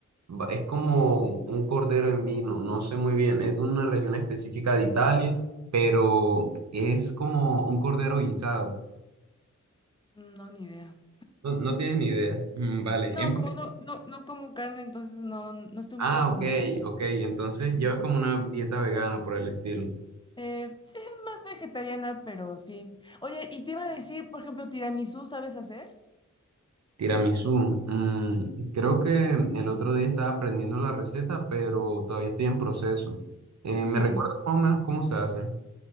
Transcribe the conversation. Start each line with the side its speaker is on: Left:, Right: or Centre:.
Right: va- es como un cordero en vino, no sé muy bien, es de una región específica de Italia, pero es como un cordero guisado.
Left: No, ni idea.
Right: No, no tienes ni idea. Mm, Vale,
Left: No,
Right: es
Left: como no, no, no como carne, entonces no, no estoy
Right: Ah,
Left: muy documentada.
Right: ok, ok. Entonces
Left: Sí.
Right: llevas como una dieta vegana por el estilo.
Left: Eh, sí, más vegetariana, pero sí. Oye, y te iba a decir, por ejemplo, tiramisú, ¿sabes hacer?
Right: Tiramisú. mm, creo que el otro día estaba aprendiendo la receta, pero todavía estoy en proceso. Eh, ¿me
Left: Sí.
Right: recuerdas más o menos cómo se hace?